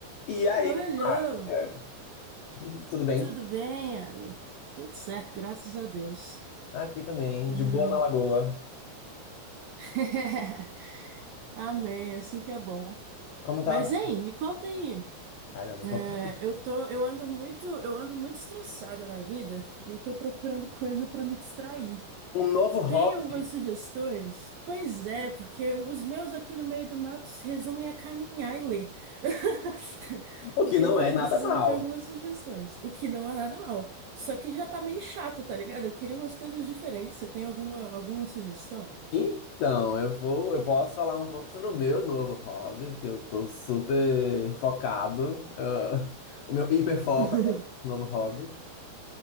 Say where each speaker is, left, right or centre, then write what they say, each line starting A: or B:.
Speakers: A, on the left; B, on the right.
A: E aí,
B: Alô, alô.
A: Maria? Tudo bem?
B: Tudo bem, Iago? Tudo certo, graças a Deus.
A: Aqui também,
B: Hum.
A: de boa na lagoa.
B: <laughs> Amém, é assim que é bom.
A: Como
B: Mas,
A: tava?
B: hein, me conta aí.
A: Ai, não, me
B: É,
A: conta.
B: eu tô, eu ando muito, eu ando muito estressada na vida e eu tô procurando coisa pra me distrair.
A: Um novo
B: Tu tem
A: hobby,
B: algumas sugestões? Pois é, porque os meus aqui no meio do mato se resumem a caminhar e ler. <laughs>
A: o
B: Porque
A: que não
B: eu tava
A: é nada
B: precisando
A: mal.
B: de algumas sugestões, o que não é nada mal. Só que já tá meio chato, tá ligado? Eu queria umas coisas diferentes. Você tem alguma, alguma sugestão?
A: Então, eu vou, eu posso falar um pouco sobre o meu novo hobby, que eu tô super focado. ah, o meu hiperfoco
B: <laughs>
A: agora, no novo hobby.